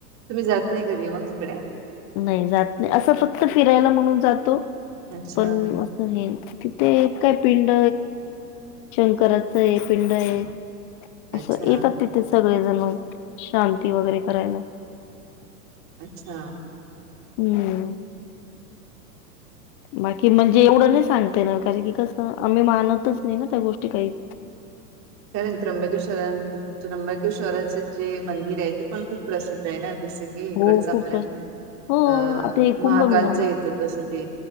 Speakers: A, on the right; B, on the left.
A: तुम्ही जात नही कधी मग तिकडे.
B: नही जात नाही, असं फक्त फिरायला म्हणून जातो
A: अच्छा
B: पण आहे तिथे काय पिंड शंकराचं हे पिंड हे. असं
A: अच्छा
B: येतात तिथे सगळेजणं शांती वगैरे करायला.
A: अच्छा!
B: हूं! बाकी म्हणजे एवढं नाही सांगता येणार, कारण की कसं आम्ही मानतच नाही ना त्या गोष्टी काही.
A: खरं न त्र्यबकेश्वरान त्रंबकेश्वराच जे मंदिर आहे ते पण खूप प्रसिद्ध आहे ना, जसं की हीकडच
B: हो खूपच
A: आपल्या.
B: हो
A: अ
B: आता हे कुंभमेळा
A: महाकालच
B: मग
A: येत तस ते